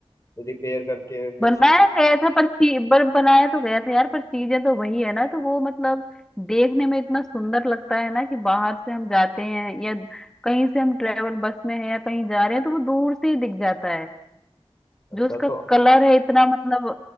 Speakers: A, on the left; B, in the centre.
A: रिपेयर करके फिर
B: बनाया
A: से
B: गया था पर ची पर बनाया तो गया था यार पर चीजें तो वही है ना तो वो मतलब देखने में इतना सुंदर लगता है ना कि बाहर से हम जाते हैं या कहीं से हम ट्रेवल बस में है या कहीं जा रहे हैं तो वो दूर से ही दिख जाता है
A: अच्छा
B: जो उसका
A: तो
B: कलर है इतना मतलब